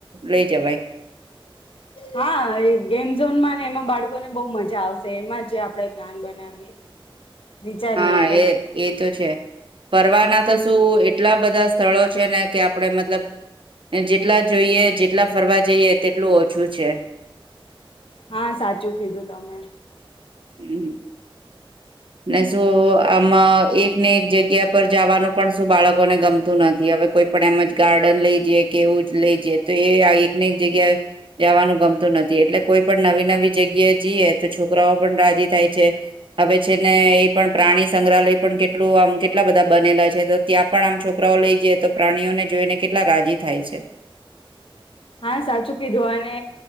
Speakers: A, on the right; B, on the left.
A: લઈ જવાય
B: હા, એ ગેમઝોનમાં ને એમાં બાળકો ને બહુ મજા આવશે એમાં જ આપણેે પ્લાન બનાવીએ વિચારીએ
A: હા,
B: કંઈક
A: એ એ તો છે ફરવાના તો શું એટલા બધા સ્થળો છે, ને કે આપણેે મતલબ જેટલા જોઈએ જેટલા ફરવા જઈએ તેટલું ઓછું છે
B: હા સાચું કીધું તમે
A: હમ ને શું આમ એકને એક જગ્યા પર જવાનું પણ શું બાળકોને ગમતું નથી હવે કોઈ પણ એમ જ ગાર્ડન લઈ જઈએ કે એવું જ લઈ જઈએ તો એ એક એક જગ્યાએ જવાનું ગમતું નથી એટલે કોઈ પણ નવી નવી જગ્યાએ જઈએ તો છોકરાઓ પણ રાજી થાય છે હવે છે ને એ પણ પ્રાણી સંગ્રહાલય પણ કેટલું આમ કેટલા બધા બનેલા છે તો ત્યાં પણ આમ છોકરાઓ લઈ જઈ તો પ્રાણીઓને જોઈને કેટલા રાજી થાય છે
B: હા, સાચું કીધું અને